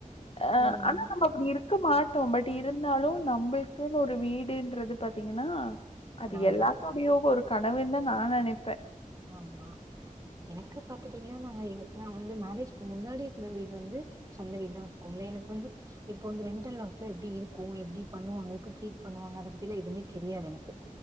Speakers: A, on the left (about 45°); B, on the right (about 25°).
A: அ
B: ம்.
A: ஆனா நம்ப அப்டி இருக்க மாட் டோ பட் இருந்தாலு நம்ளுக்குன்னு ஒரு வீடுன்றது பாத்தீங்கன்னா
B: கனவுதான்.
A: அது எல்லா <unintelligible> ஒரு கனவுன் தா நா நெனைப்பே
B: ஆமா எனக்கு பாத்துட்டீங்கன்னா நாங்க எங்ளுக்லா வந்து மேரேஜ்க்கு முன்னாடி இருந்த வீடு வந்து சொந்த வீடு தா வச்சுக்கோங்ளே எனக்கு வந்து இப்போ வந்து ரெண்டில் அவுஸ்லா எப்டி இருக்கு எப்டி பண்ணுவாங்க எப்டி ட்ரீட் பண்ணுவாங்க அத பத்திலா எதுமே தெரியாது எனக்கு